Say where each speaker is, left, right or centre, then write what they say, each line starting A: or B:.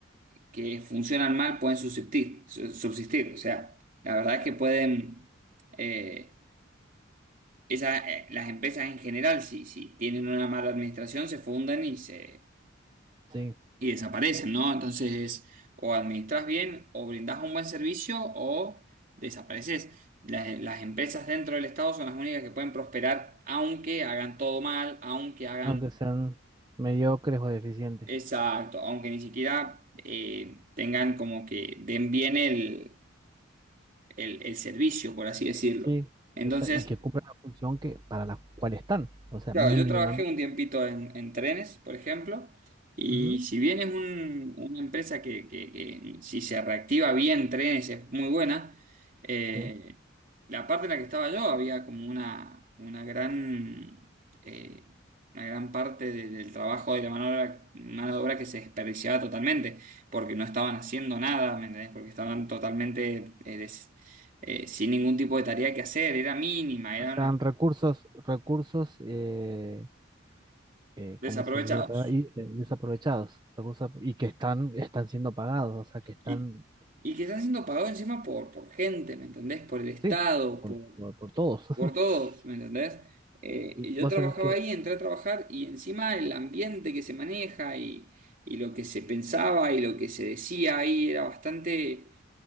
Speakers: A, on the right (about 45°); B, on the right (about 20°).
A: que funcionan mal pueden subsistir, su- subsistir. O sea, la verdad es que pueden. eh, Esa, eh, las empresas en general, si, si tienen una mala administración, se funden y se
B: Sí,
A: y desaparecen, ¿no? Entonces, o administras bien, o brindás un buen servicio, o desapareces. Las, las empresas dentro del Estado son las únicas que pueden prosperar, aunque hagan todo mal, aunque hagan
B: aunque sean mediocres o deficientes.
A: exacto, aunque ni siquiera eh, tengan como que den bien el, el, el servicio, por así decirlo.
B: Sí,
A: Entonces,
B: o sea, y que cumplan la función que para la cual están, o sea,
A: Claro,
B: mínimamente.
A: yo trabajé un tiempito en, en trenes, por ejemplo, y
B: Ujú,
A: si bien es un- una empresa que, que- que si se reactiva bien trenes es muy buena, eh,
B: sí.
A: la parte en la que estaba yo había como una, una gran, eh, una gran parte de- del trabajo de la mano de obra, mano de obra que se desperdiciaba totalmente, porque no estaban haciendo nada, ¿me entendés? Porque estaban totalmente eh, des- eh, sin ningún tipo de tarea que hacer, era mínima, eran
B: O sea,
A: unas-
B: recursos, recursos, eh, eh, ¿cómo
A: desaprovechados.
B: se dice la palabra? Y, eh, desaprovechados, recursos, y que están, están siendo pagados, o sea, que están,
A: Y, y que están siendo pagados encima por, por gente, ¿me entendés? Por el Estado,
B: sí, por,
A: por,
B: por, por todos. <laughs>
A: por todos, ¿me entendés? Eh,
B: Y
A: y yo
B: vos
A: trabajaba
B: sabés que
A: ahí, entré a trabajar y encima el ambiente que se maneja y, y lo que se pensaba y lo que se decía ahí era bastante,